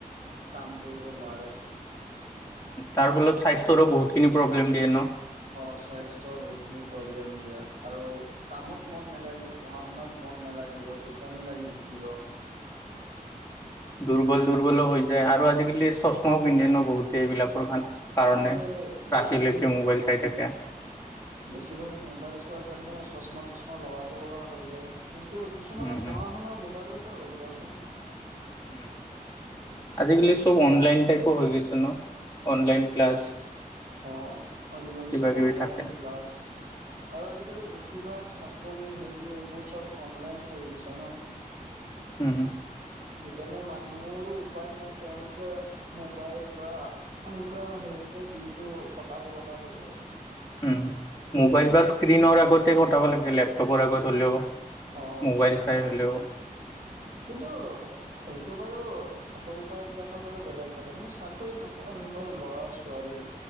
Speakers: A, on the right; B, on the left.
A: কাম কৰিব নোৱাৰে।
B: তাৰ ফলত স্বাস্থ্যৰো বহুতখিনি প্ৰব্লেম দিয়ে ন?
A: অ', স্বাস্থ্যৰ বহুতখিনি প্ৰব্লেম দিয়ে, আৰু কামত মন নেলাগিব, পঢ়া শুনাত মন নালাগিব, টোপনি লাগি থাকিব।
B: দুৰ্বল দুৰ্বলো হৈ যায় আৰু আজিকালি চশমাও পিন্ধে ন বহুতে এইবিলাকৰ কাৰণে। কাৰণে,
A: অ', এই বেছি
B: ৰাতিলৈকে মোবাইল চাই থাকে।
A: বেছিভাগ মোবাইল চোৱাৰ কাৰণে চশমা তশমা লগাব লগা হৈ যায়। কিন্তু কিছুমানৰ
B: উম, উম,
A: পঢ়া শুনা মোবাইলতে হয় দিয়াচোন।
B: উম। আজিকালি চব অনলাইন টাইপো হৈ গৈছে ন, অনলাইন ক্লাছ।
A: অ', আজিকালি
B: কিবা
A: চব
B: কিবি
A: অনলাইন
B: থাকে
A: ক্লাছ আৰু আজিকালি বেছিভাগ চাকৰি হেৰি এইবোৰ চব অনলাইন কৰি দিছে ন।
B: হম, হম।
A: সেইকাৰণে মানুহৰো উপায় নাই, তেওঁলোকে মোবাইল বা এনেকুৱা হেৰিতে দিনটো কটাব লগা হৈ যায়।
B: উম, মোবাইল বা স্ক্ৰিনৰ আগতে কটাব লাগে লেপটপৰ আগত হ'লেও।
A: অ',
B: মোবাইল চাই হ'লেও।
A: কিন্তু সেইটো বাৰু চাকৰি কৰা বিলাকৰ বাৰু বেলেগ কথা, কিন্তু চাকৰি ন কৰা জোনবোৰ বাৰু ল'ৰা ছোৱালী